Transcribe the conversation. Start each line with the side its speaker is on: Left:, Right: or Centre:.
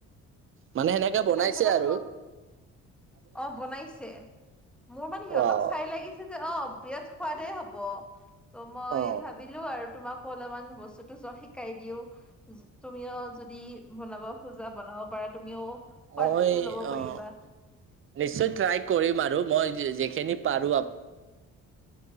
Right: মানে সেনেকে বনাইছে
Centre: খাই চাবাচোন
Right: আৰু।
Centre: অ' বনাইছে। মোৰ মানে সিহঁতক
Right: ৱাও
Centre: চাই লাগিছে, অ' বিৰাট সোৱাদেই হ'ব। ত' মই
Right: অ
Centre: ভাবিলো আৰু। তোমাকো অলপমান বস্তুতো শিকাই দিও। তুমিও যদি বনাব খোজা বনাব পাৰা। তুমিও সোৱাদটো
Right: মই,
Centre: ল'ব
Right: অ'
Centre: পাৰিবা
Right: নিশ্চয় ট্ৰাই কৰিম আৰু মই। যিখিনি পাৰো আপ।